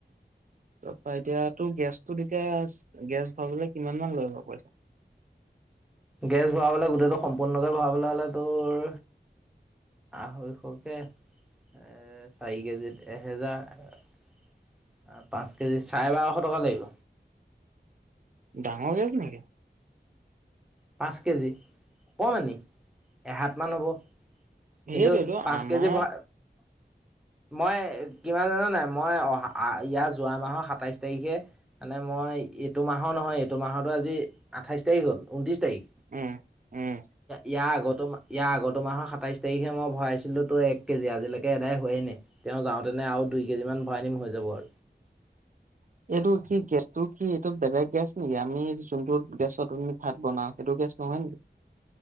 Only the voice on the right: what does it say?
তাৰপা এতিয়া তো' গেছটোত এতিয়া গেছ ভৰাবলৈ কিমান মান লৈ বাৰু পইচা? <inaudible>
ডাঙৰ গেছ নেকি?
সেইটোৱেইটো
আমাৰ,
উম, উম।
<inaudible> এইটো কি গেছটো কি এইটো বেলেগ গেছ নেকি আমি যোনটো গেছত ভাত বনাও সেইটো গেছ নহয় নি